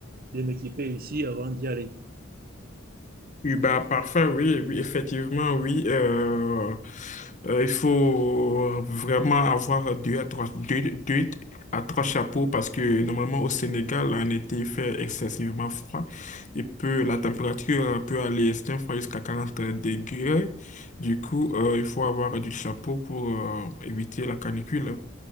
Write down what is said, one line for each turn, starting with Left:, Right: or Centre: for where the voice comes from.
Right: de m'équiper ici avant d'y aller.
Left: Oui, bah, parfait, oui, oui, effectivement, oui. euh, euh, il faut vraiment avoir deux à trois, deux, deux à trois chapeaux parce que normalement au Sénégal, en été, il fait excessivement froid. il peut, la température peut aller certaines fois jusqu'à 40 degrés. Du coup, euh, il faut avoir du chapeau pour euh, éviter la canicule.